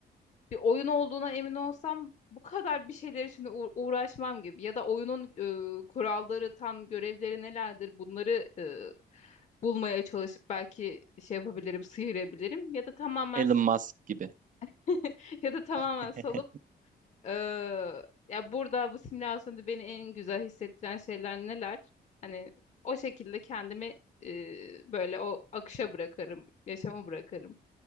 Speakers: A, on the left; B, on the right.
A: bir oyun olduğuna emin olsam bu kadar bir şeyler için uğ- uğraşmam gibi ya da oyunun e, kuralları tam görevleri nelerdir bunları e, bulmaya çalışıp belki şey yapabilirim, sıyırabilirim ya da tamamen
B: Elon Musk gibi.
A: <laughs> ya da tamamen
B: <laughs>
A: salıp Ee, ya burada bu simülasyonda beni en güzel hissettiren şeyler neler? Hani o şekilde kendimi e, böyle o akışa bırakırım, yaşama bırakırım.